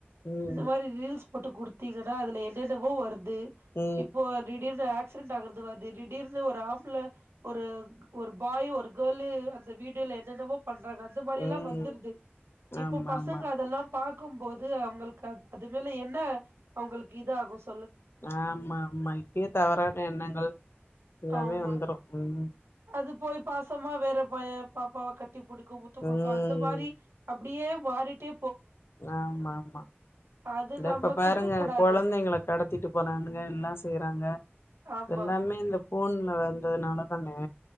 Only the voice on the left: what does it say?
ம்
ம்
ம்
ஆமா
ஆமா
ஆமா ஆமா இப்பயே தவறான எண்ணங்கள் எல்லாமே
வந்துரும் உம்
ம்
ஆமா ஆமா
இந்தா
இப்ப பாருங்க
கொழந்தைங்கள கடத்திட்டு போனானுங்க எல்லாமே செய்றாங்க
எல்லாமே இந்த ஃபோன்ல வந்ததுனால தானே